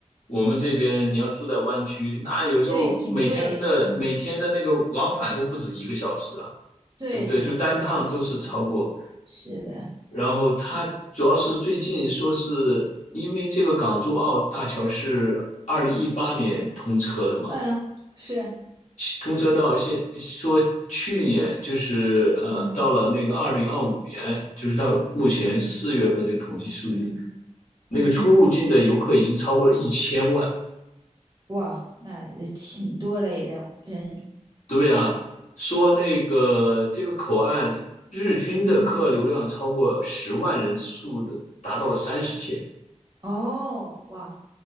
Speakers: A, on the left (about 70°); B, on the right (about 35°).
A: 我们这边，你要住在湾区，那有时候每天的每天的那个往返都不止一个小时啊。
B: 对，挺贵，嗯，对对，
A: 对不对？就单趟都是超过。
B: 是的，是的，是的，
A: 然后它主要是最近说是因为这个港珠澳大桥是二零一八年通车的嘛，
B: 嗯、是，
A: 通车到现说去年就是呃到了那个二零二五年，
B: 嗯
A: 就是到目前四月份这个统计数据，
B: 嗯嗯
A: 那个出入境的游客已经超过了一千万。
B: 嗯，哇，那也挺多嘞，人人，
A: 对啊，说那个这个口岸日均的客流量超过十万人数的，
B: 嗯，
A: 达到了三十天。
B: 哦，哇，